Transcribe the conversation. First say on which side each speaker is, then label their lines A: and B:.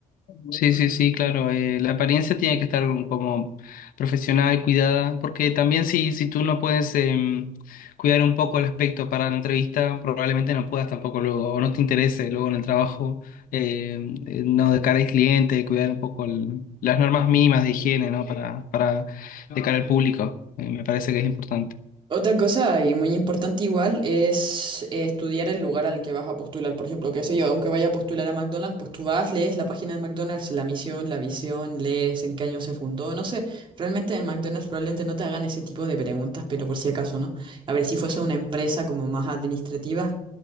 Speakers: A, on the left; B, on the right.
A: Sí, sí, sí, claro. eh, la apariencia tiene que estar como profesional, cuidada, porque también si, si tú no puedes em, cuidar un poco el aspecto para la entrevista, probablemente no puedas tampoco luego, o no te interese luego en el trabajo, em, eh, no de cara al cliente, cuidar un poco el- las normas mínimas de higiene, ¿no? Para, para de cara al público, eh, me parece que es importante.
B: Otra cosa y muy importante igual es eh, estudiar el lugar al que vas a postular. Por ejemplo, qué sé yo, aunque vaya a postular a McDonald's, pues tú vas, lees la página de McDonald's, la misión, la visión, lees en qué año se fundó. No sé, realmente en McDonald's probablemente no te hagan ese tipo de preguntas, pero por si acaso, ¿no? A ver, si fuese una empresa como más administrativa,